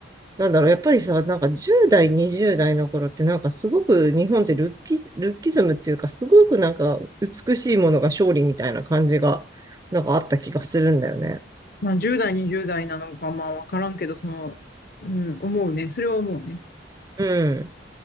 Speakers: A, on the right; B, on the left.
A: なんだろう、やっぱりさ、なんか10代、20代の頃ってなんかすごく日本ってルッキズ、ルッキズムっていうかすごくなんか美しいものが勝利みたいな感じがなんかあった気がするんだよね。
B: まあ10代、20代なのか、まあわからんけど、その、うん、思うね。それは思うね。
A: うん。